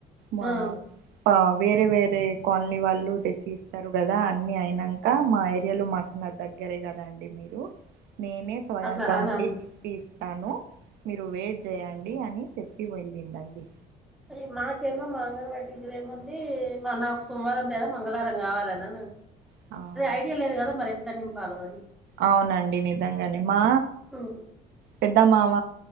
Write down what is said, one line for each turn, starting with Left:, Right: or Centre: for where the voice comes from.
Right: మా
Centre: ఆ
Right: ఆ వేరే వేరే కాలనీ వాళ్ళు తెచ్చి ఇస్తరు కదా, అన్ని అయినంక మా ఏరియాలో మాకు నా దగ్ గరే కదాండి మీరు నేనే స్వయంగా
Centre: అట్లా అలా
Right: ఉండి
Centre: అ
Right: తిప్పి ఇస్తాను. మీరు వెయిట్ చేయండి అని చెప్పి వెళ్ళిందండి.
Centre: అ మాకేమో మా అంగన్వాడి టీచరేమంది, మల్ల నాకు సోమవారం లేదా మంగళవారం కావాలనన్నా
Right: ఆ
Centre: ఐడియా లేదు కదా మరి ఎట్లా నింపాలో అని
Right: అవునండి నిజంగనే మా
Centre: హ్మ్
Right: పెద్ద మావ